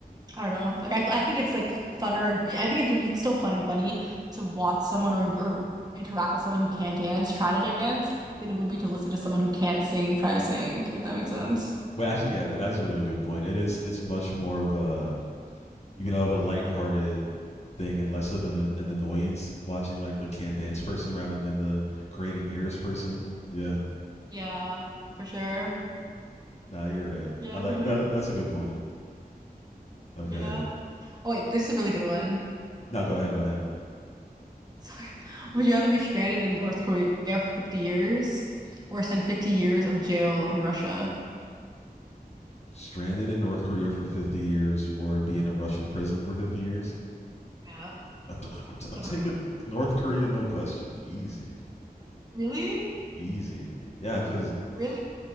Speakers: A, on the right (about 25°); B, on the left (about 45°).
A: I don't know. Like I, I think it's like funner and I think it would be still fun and funny to watch someone or or interact with someone who can not dance try to dance than it would be to listen to someone who can't sing try to sing, if that makes sense.
B: <laughs> Wait, actually, yeah, that, that's a really good point. It is. It's much more of a you know of a lighthearted thing and less of an an annoyance watching like the can't dance person rather than the grating ears person. Yeah.
A: Yeah, for sure.
B: Nah, you're right.
A: Yeah,
B: I like
A: for sure.
B: that. That's a good point. Okay.
A: Yeah. Oh wait, this is a really good one.
B: No, go ahead. Go ahead.
A: So, <laughs> would you rather be stranded in North Korea for 50 years or spend 50 years of jail in Russia?
B: Stranded in North Korea for 50 years or be in a Russian prison for 50 years?
A: Yeah,
B: I'm, t- I'm, t-
A: it's
B: I'm
A: a
B: taking
A: hard one.
B: North Korea, no question. Easy.
A: Really?
B: Easy. Yeah, because
A: Really?